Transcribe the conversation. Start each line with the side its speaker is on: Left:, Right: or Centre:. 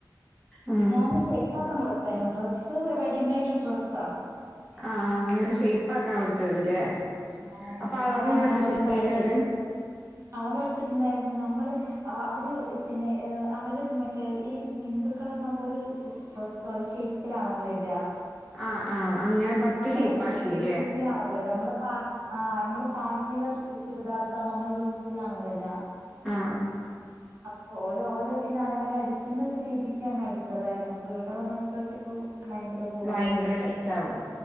Centre: ആഹ്
Right: ഞാനിന്ന് ഷേപ്പാക്കാൻ കൊടുക്ക നു ഡ്രസ് റെഡിമെയ്ഡ് ഡ്രസ്സാ
Centre: ആഹ് ആഹ് ഞാൻ ഷേപ്പ് ആക്കാ കൊടുത്തത് ല്ലേ
Right: ആ
Centre: അപ്പൊ
Right: ഇപ്പൊ
Centre: അളവൊന്നും
Right: രണ്ടാമത്
Centre: എടുത്തിട്ടില്ലേര്
Right: പണിയായി അളവെടുത്തിട്ടുണ്ടായിരുന്നു നമ്മള് അവര് പിന്നെ അവര് മറ്റേ ഈ ഹിന്ദുക്കളക്കെ ആകുമ്പോ ഒരു ഡ്രസ്സോ ഷേ പ്പിലാണല്ലോട്കാ
Centre: ആഹ് ആഹ് അങ്ങനെ പറ്റ
Right: നമ്മള്
Centre: ഷേപ്പാക്കില്ലേ
Right: ലൂസിലാണല്ലോട്കാ നമ്മള് പാ ആഹ് നമ്മള് പാ ട്ടിവർ ചുരിദാറൊക്കെ നമ്മൾ ലൂസിലാണല്ലോട്കാ
Centre: ആഹ്
Right: അപ്പൊ ഓരോ ഓരോതിലും അങ്ങനെ അടിക്കുന്ന രീതിക്ക് അങ്ങ് അടിച്ചതായിരുന്നു അപ്പൊ ഇവിടെ വന്ന് ക്കപ്പോ ഭയങ്കര ബോറയിട്ട്
Centre: ഭയങ്കര ടൈറ്റ് ആവും